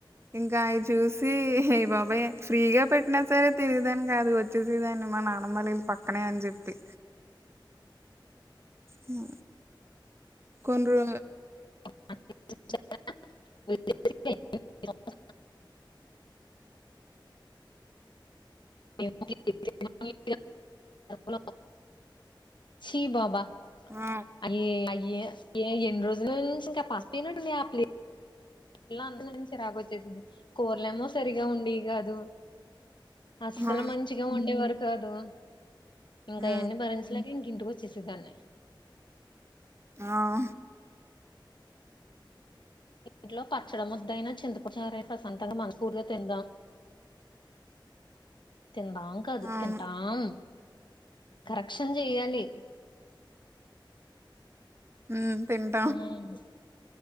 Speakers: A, on the right; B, on the left.
A: ఇంకా అయి చూసి అయి బాబోయి ఫ్రీగా పెట్టినా సరే తినేదాన్ని కాదు వెచ్చేసేదాన్ని మా నానమ్మలిల్లు పక్కనే అని చెప్పి హ్ కొన్రో
B: <unintelligible> <unintelligible> లు చీ బాబా
A: ఆ!
B: అయ్యే అయ్యే ఏ ఎన్ని రోజ్ల్ ల్ నుంచి ఇంకా ప్రస్తినట్టుంద్ అప్లీ ఇలా అందరి నుంచి చిరాకు వచ్చేసిది కూరలేమో సరిగా ఉండేవి కాదు అసలు
A: అవును.
B: మంచిగా ఉండేవారు కాదు ఇంకావన్నీ
A: హ్మ్.
B: భరించ్ లేక ఇంక ఇంటికి వచ్చేసేదాన్ని
A: ఆహ్
B: ఇంట్లో పచ్చడం హా ముద్దయినా చింతపచార్ అయిన ప్రశాంతంగా మనస్ఫూర్తిగా తిందాం తిందాం కాదు
A: అవును.
B: తింటాం కరక్షన్ చెయ్యాలి
A: ఉహు తింటాం
B: ఉహు